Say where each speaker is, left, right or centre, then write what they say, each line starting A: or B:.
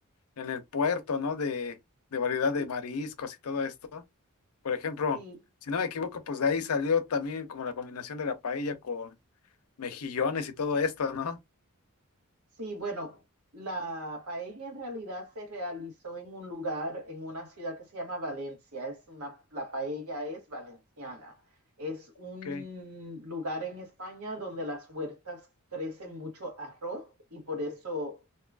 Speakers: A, on the left (about 85°); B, on the right (about 85°).
A: en el puerto, ¿no? De, de variedad de
B: Sí,
A: mariscos y todo esto. Por ejemplo,
B: sí,
A: si no me equivoco, pues de ahí salió también como la combinación de la paella con mejillones y todo esto, ¿no?
B: Sí, bueno, la paella en realidad se realizó en un lugar, en una ciudad que se llama Valencia. Es una, la paella es valenciana. Es un
A: Ok.
B: lugar en España donde las huertas crecen mucho arroz y por eso